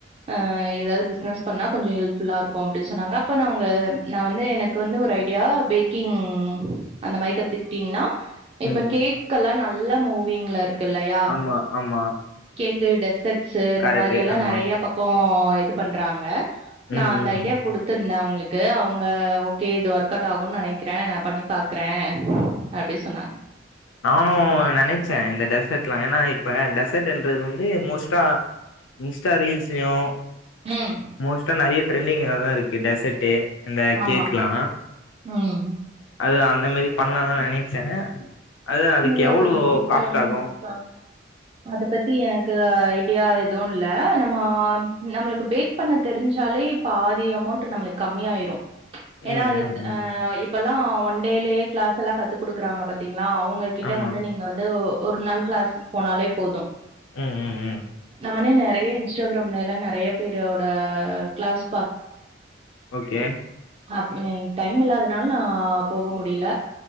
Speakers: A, on the right; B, on the left.
A: ஆ எதாவுது பிஸ்னஸ் பண்ணா கொஞ்ச ஹெல்ப் ஃபுல்லா இருக்கு அப்டின் சொன்னாங்க அப்ப நாங்க நா வந்து எனக்கு வந்து ஒரு ஐடியா பேக்கிங் அந்த மாரி கத்து கிட்டிங்னா இப்ப
B: ம்
A: கேக் கலா ந ல்லா மூ விங்ள இருக்கு இல்லையா
B: ஆமா ஆமா
A: கேக் கு டெஸர்ட் ஸு இந்த
B: கரெக்ட்டு
A: மாரி எல்லா
B: ஆமா
A: ந றையா பக்கோ இது பண்றாங்க நா
B: ம்
A: அந்த
B: ம் ம்
A: ஐடியா குடுத்துருந்த அவுங்களுக் கு அவுங்க ஓகே இது ஒர்க் அவுட் ஆகும்னு நெனைக்கிறே நான் பண்ணி பாக்குறே அப்டி சொன்னாங்க
B: நானும் நெனச்சே இந்த டெசர்ட்லாம் ஏன்னா இப்ப டெசர்ட் என்றது வந்து மோஸ்ட்டா இன்ஸ்டா ரீல்ஸ்லையும்
A: ம்
B: மோஸ்டா நெறைய ட்ரெண்டிங்லதா இருக்கு டெசட்டு இந்த
A: ஆமா
B: கேக்கலா
A: ம்
B: அது அந்த மாரி பண்ணலா தா நெனச்ச அது அதுக்கு
A: சின்னதா
B: எவ்ளோ
A: ஒரு குட்டியா
B: காஸ்ட் ஆகு
A: ஒரு ஸ்டா அத பத்தி ஏ எந்த ஐடியா எதுவு இரு இல்ல நம்ம நம்மளுக்கு பேக் பண்ண தெரிஞ்சாலே பாதி அமௌண்ட் நம்ம கம்மியாயிரு ஏனா
B: ம்
A: அது
B: ம்
A: ஆ
B: ம்
A: இப்பெல்லா ஒன்டேலையே கிளாஸ் எல்லா கத்து குடுக்குறாங்க பாத்தீங்களா அவங்க அவங்கிட்ட
B: ஆமா
A: வந்து நீங்க வந்து ஓ ஒரு நாள் க்ளாஸ் போனாலே போது
B: ம் ம் ம்
A: நானே நெறைய இன்ஸ்டாகிராம்லேல்லா நறைய பேரோட க்ளாஸ்
B: ஓகே
A: அப்டி டைம் இல்லாதுனால நா போக முடியல